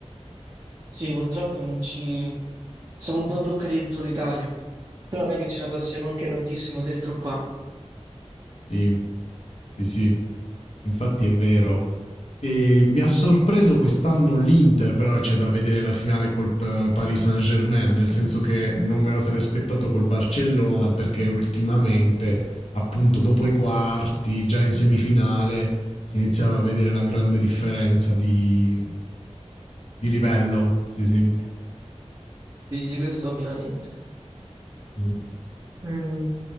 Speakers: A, on the right; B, on the left.
A: Sì, purtroppo non ci... siamo un po' bloccati dentro l'Italia, però non è che ce la passiamo anche tantissimo dentro qua.
B: Sì, sì, sì, infatti è vero. E mi ha sorpreso quest'anno l'Inter, però c'è da vedere la finale col eh, Paris Saint-Germain, nel senso che non me lo sarei aspettato col Barcellona, perché ultimamente, appunto, dopo i quarti, già in semifinale, si iniziava a vedere la grande differenza di, di livello. Sì, sì.
A: Sì, sì, questo ovviamente.
B: Mm.
A: Mm.